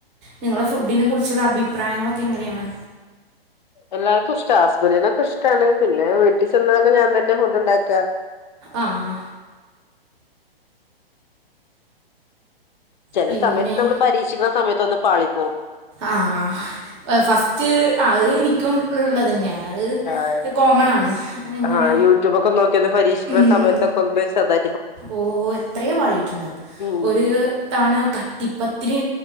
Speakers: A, on the right (about 30°); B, on the left (about 50°).
A: നിങ്ങളെ ഫുഡിനെ കുറിച്ചുള്ള അഭിപ്രായങ്ങളൊക്കെ എങ്ങനെയാണ്
B: എല്ലാർക്കും ഇഷ്ടാ ഹസ്ബന്റിനൊക്കെ ഇഷ്ടാണ് പിന്നെ വീട്ടി ചെന്നാല് ഞാൻ തന്നെ ഫുഡ്ണ്ടാക്ക
A: ആഹ്
B: ചെല
A: പിന്നെ
B: സമയത്ത് നമ്മൾ പരീക്ഷിക്കണ സമയത്ത് ഒന്ന് പാളിപ്പോവും
A: ആഹ് ഫസ്റ്റ് അത് എനിക്കുള്ള തന്നെയാണ് അത്
B: ആഹ്
A: കോമൺ ആണ് അങ്ങനെ
B: ആഹ് യൂട്യൂബ്ക്ക നോക്കിയൊന്ന് പരീക്ഷിക്കണ
A: ഉം,
B: സമയത്തൊക്കെ ഒന്ന് ചെർതാ
A: ഓ എത്രയാ പാടീട്ടുണ്ട്
B: ഉം
A: ഒരു ത്താണ് കട്ടിപ്പത്തിരി